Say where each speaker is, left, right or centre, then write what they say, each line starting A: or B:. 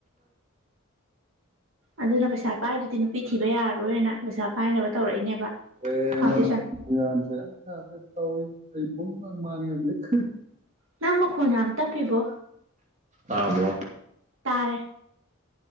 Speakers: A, on the right; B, on the right.
A: ꯑꯗꯨꯅ ꯄꯩꯁꯥ ꯄꯥꯏꯗꯨꯗꯤ ꯅꯨꯄꯤ ꯊꯤꯕ ꯌꯥꯔꯣꯏ ꯣꯏ ꯑꯣꯏꯅ ꯄꯩꯁꯥ ꯄꯥꯏꯅꯕ ꯇꯧꯔꯛꯏꯅꯦꯕ
B: ꯦ ꯌꯥ
A: ꯐꯥꯎꯟꯗꯦꯁꯟ
B: ꯌꯥꯝ ꯌꯥ ꯇꯥꯎ ꯑꯩ ꯄꯨꯝꯃꯛꯥꯡ ꯃꯥꯡꯉꯦ ꯍꯧꯖꯤꯛ
A: ꯅꯪ ꯃꯈꯣꯡ ꯌꯥꯝ ꯇꯞꯄꯤꯕꯣ
B: ꯇꯕꯣ
A: ꯇꯥꯔꯦ